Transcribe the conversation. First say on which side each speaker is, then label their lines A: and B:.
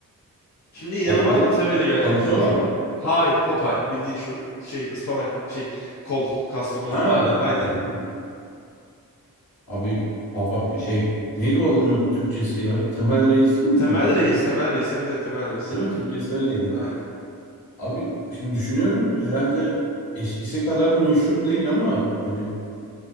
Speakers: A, on the left; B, on the left.
A: Şimdi inanılmaz
B: Popeye
A: bir teoriyle geleceğim
B: tavukçu
A: sana.
B: olan.
A: İlk önce hayır Popeye. Bildiğin şu şey ıspanak şey kol kaslı
B: Ha.
A: kollu var ya aynen.
B: Peki, peki. Abi papa şey neydi o adamın Türkçesi ya? Temel Reis miydi?
A: Temel reis.
B: Öyle,
A: Temel reis. Evet evet temel reis.
B: değil mi? Ha, Türkçesi öyleydi.
A: Aynen.
B: Abi şimdi düşünüyorum herhalde eskisi kadar meşhur değil ama yani